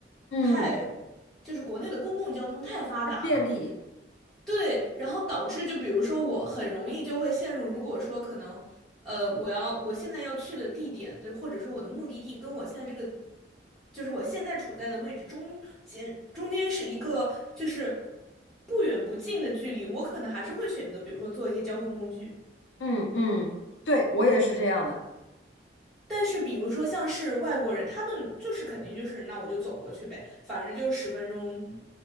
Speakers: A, on the left (about 85°); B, in the centre.
A: 嗯，
B: 太，就是国内的公共交通太发达了。
A: 便利，
B: 对，然后导致就比如说我很容易就会陷入，如果说可能，呃，我要我现在要去的地点，对，或者说我的目的地跟我现在这个，就是我现在处在的位置中间中间是一个就是不远不近的距离，我可能还是会选择，比如说做一些交通工具。
A: 嗯嗯，对我也是这样的。
B: 但是比如说像是外国人，他们就是肯定就是那我就走过去呗，反正就十分钟